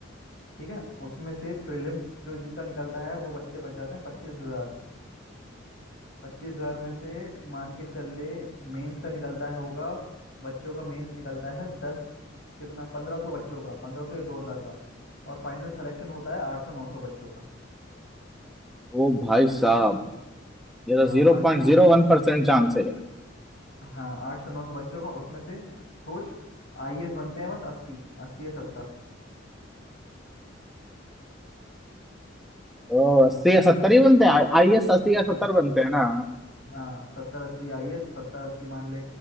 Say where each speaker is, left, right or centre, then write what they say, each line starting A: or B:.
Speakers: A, on the left; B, in the centre.
A: ठीक है उसमें से प्रीलिम्स जो जिनका निकलता है वो बच्चे बच जाते हैं पच्चीस हजार। पच्चीस हजार में से मान के चल ले मेंस का निकलता है होगा बच्चों का मेंस निकलता है दस कितना पंद्रह सौ बच्चों का पंद्रह सौ या दो हजार का और फाइनल सिलेक्शन होता है आठ सौ नौ सौ बच्चों का
B: ओ भाई साहब ये तो
A: हाँ
B: zero
A: आठ
B: point
A: सौ नौ
B: zero
A: सौ
B: one
A: बच्चे
B: percent chance है यार
A: हाँ आठ सौ नौ सौ बच्चों का उसमें से सोच आईएएस बनते हैं बस अस्सी अस्सी या सत्तर
B: ओ अस्सी
A: समझ
B: या सत्तर
A: गया
B: ही बनते हैं आई एस अस्सी या
A: बस
B: सत्तर बनते हैं ना
A: हाँ सत्तर अस्सी आईएएस सत्तर अस्सी मान ले